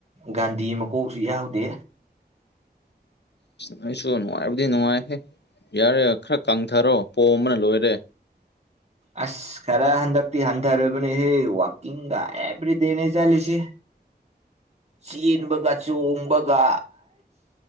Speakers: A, on the right; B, on the left.
A: ꯒꯥꯟꯗꯤ ꯃꯀꯣꯛꯁꯨ ꯌꯥꯎꯗꯦ
B: ꯑ ꯑꯩꯁꯨ ꯅꯨꯡꯉꯥꯏꯕꯗꯤ ꯅꯨꯡꯉꯥꯏꯍꯦ ꯌꯥꯔꯦ ꯈꯔ ꯀꯥꯡꯊꯔꯣ ꯄꯣꯝꯕꯅ ꯂꯣꯏꯔꯦ
A: ꯑꯁ ꯈꯔ ꯍꯟꯗꯛꯇꯤ ꯍꯟꯊꯔꯕꯅꯦꯍꯦ ꯋꯥꯛꯀꯤꯡꯒ ꯑꯦꯕ꯭ꯔꯤꯗꯦꯅꯦ ꯆꯠꯂꯤꯁꯤ ꯆꯦꯟꯕꯒ ꯆꯣꯡꯕꯒ